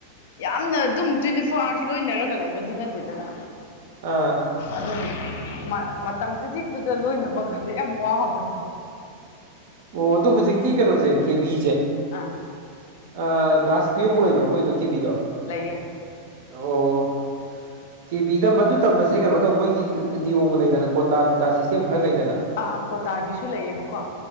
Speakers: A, on the left (about 55°); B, on the right (about 50°).
A: ꯌꯥꯝꯅ ꯑꯗꯨꯝ ꯇ꯭ꯋꯦꯟꯇꯤ ꯐꯣꯔ ꯑꯥꯋꯥꯔꯁ ꯂꯣꯏꯅꯔꯒ ꯂꯩꯕꯗꯤ ꯅꯠꯇꯦꯗꯅ
B: ꯑꯥ
A: ꯑꯗꯨꯝ ꯃꯇꯝ ꯈꯖꯤꯛꯇꯨꯗ ꯂꯣꯏꯅꯕ ꯀꯥꯟꯗ ꯌꯥꯝ ꯋꯥꯕꯗꯣ
B: ꯑꯣ ꯑꯗꯨꯗꯣ ꯍꯧꯖꯤꯛꯀꯤ ꯀꯩꯅꯣꯖꯦ ꯀꯦꯕꯤ
A: ꯑꯥ
B: ꯑ ꯀ꯭ꯂꯥꯁ ꯇꯨꯌꯦꯞꯄꯧ ꯂꯩꯕ꯭ꯔ ꯃꯣꯏ ꯑꯗꯨꯒꯤ ꯀꯦꯕꯤꯗꯣ
A: ꯂꯩꯌꯦ
B: ꯑꯣ ꯀꯕꯤꯗꯥ ꯃꯗꯨ ꯇꯝꯕꯁꯦ ꯀꯩꯅꯣ ꯇꯧꯕ ꯃꯣꯏꯒꯤ ꯅꯤꯌꯣꯝ ꯂꯩꯗꯅ ꯈꯣꯠ ꯇꯥ ꯅꯨꯡ ꯁꯤꯁꯇꯦꯝ ꯈꯔ ꯂꯩ
A: ꯑꯥ ꯀꯣꯇꯥꯒꯤꯁꯨ ꯂꯩꯌꯦꯕꯀꯣ